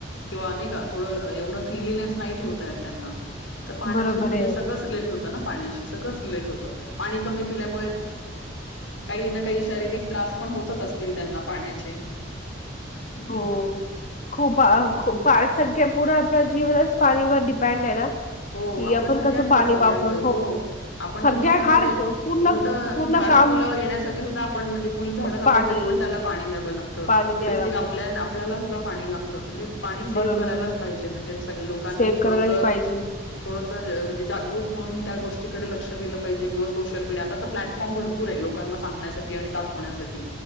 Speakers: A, on the left; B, on the left.
A: किंवा अनेक थोडं एवढं क्लिनलीनेस नाही ठेवताय त्यांना तर पाण्याशी
B: बरोबर
A: म्हणजे
B: आहे
A: सगळंच रिलेटेड होतं ना पाण्याशी सगळंच रिलेट होतं पाणी कमी पिल्यामुळे काही ना काही शारीरिक त्रास पण होतच असतील त्यांना पाण्याचे
B: हो. खूप खूप पाारसंख्या पूर्ण आपलं जीवनच पाणीवर डिपेंड आहे ना.
A: हो
B: कि
A: आपल्या
B: आपण
A: सगळ्यांचं
B: कसं पाणी
A: सगळ्यांचं
B: वापर
A: हो आपण
B: सगळ्या
A: तर किती म्हणजे
B: हार पूर्ण
A: उलट
B: पूर्ण
A: झाडं
B: काम
A: फुलं येण्यासाठी सुद्धा आपण म्हणजे फुल झाडं लावली
B: पाणी
A: तरी पण त्याला पाणी द्यावं लागत.
B: पाणी द्यायला
A: बेसिक
B: लागतो
A: आपल्या आपल्याला सुद्धा पाणी लागतं म्हणजे पाणी सेव्ह
B: बरोबर
A: करायलाच
B: आहे
A: पाहिजे म्हणजे सगळं लोकांनी
B: सेव्ह
A: थोडसं.
B: करायलाच पाहिजे
A: थोडं म्हणजे जागरूक होऊन त्या गोष्टीकडे लक्ष दिल पाहिजे किंवा सोशल मीडिया आता लॅटफ फॉर्म भरपूर आहे लोकांना सांगण्यासाठी दाखवण्यासाठी